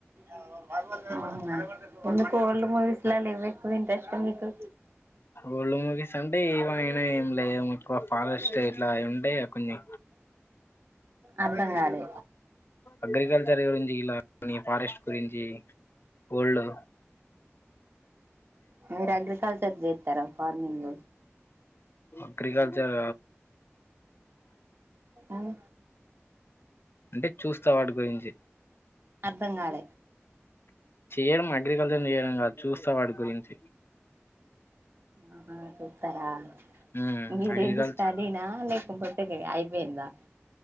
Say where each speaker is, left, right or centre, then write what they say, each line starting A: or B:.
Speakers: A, on the right; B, on the left.
A: అవునా ఓల్డ్ మూవీస్ లా లే ఇవ్వ ఎక్కువ ఇంట్రెస్ట్ మీకు.
B: ఓల్డ్ మూవీ అంటే ఏమయినా ఏం లేక్కు ఫారెస్ట్ ఇట్లా ఉంటే కొన్నీ
A: అర్ధం కాలే
B: అగ్రికల్చర్ గురించి ఇలా ఫారెస్ట్ గురించి వరల్డ్ లో
A: మీరు అగ్రికల్చర్ చేస్తారా ఫార్మింగ్
B: అగ్రికల్చర్
A: అవు
B: అంటే చూస్తా వాటి గురించి.
A: బంగాళ
B: చేయడం అగ్రికల్చర్ చేయడం కాదు చూస్తా వాటి గురించి
A: ఆహా చూస్తారా
B: ఉమ్
A: మీరెంటి
B: అగ్రికల్చర్
A: స్టడీనా లేకపోతే అయిపోయిందా